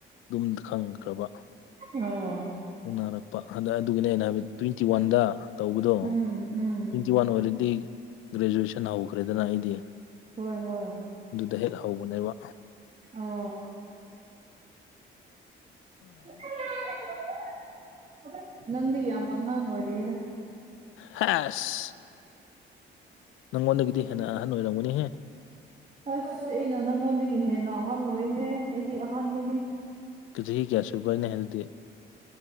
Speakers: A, on the left; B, on the right.
A: ꯑꯗꯨꯝ ꯈꯪꯈ꯭ꯔꯕ
B: ꯑꯣ
A: ꯎꯅꯔꯥꯡꯄ ꯍꯥꯟꯗꯥꯛ ꯑꯗꯨꯒꯤꯅꯦ ꯑꯩꯅ ꯍꯥꯏꯕ ꯇ꯭ꯋꯦꯟꯇꯤ ꯋꯥꯟꯗ ꯇꯧꯕꯗꯣ
B: ꯎꯝ ꯎꯝ
A: ꯇꯨꯋꯦꯟꯇꯤ ꯋꯥꯟ ꯑꯣꯏꯔꯗꯤ ꯒ꯭ꯔꯦꯖꯨꯑꯦꯁꯟ ꯍꯧꯈ꯭ꯔꯦꯗꯅ ꯑꯩꯗꯤ
B: ꯍꯣꯏ ꯍꯣꯏ
A: ꯑꯗꯨꯗ ꯍꯦꯛ ꯍꯧꯕꯅꯦꯕ
B: ꯑꯣ <unintelligible> ꯅꯪꯗꯤ ꯌꯥꯝ ꯑꯉꯥꯡ ꯑꯣꯏꯔꯤꯗ
A: ꯍꯥꯏꯁꯦ ꯅꯪꯉꯣꯟꯗꯒꯤꯗꯤ ꯍꯦꯟꯅ ꯑꯍꯟ ꯑꯣꯏꯔꯝꯒꯅꯤꯍꯦ
B: ꯑꯁ ꯑꯩꯅ ꯅꯪꯉꯣꯟꯗꯒꯤ ꯍꯦꯟꯅ ꯑꯍꯜ ꯑꯣꯏꯍꯦ ꯑꯩꯗꯤ ꯑꯍꯥꯟꯅꯤꯍꯦ
A: ꯆꯍꯤ ꯀꯌꯥ ꯁꯨꯕꯅꯦ ꯍꯥꯏꯗꯨꯗꯤ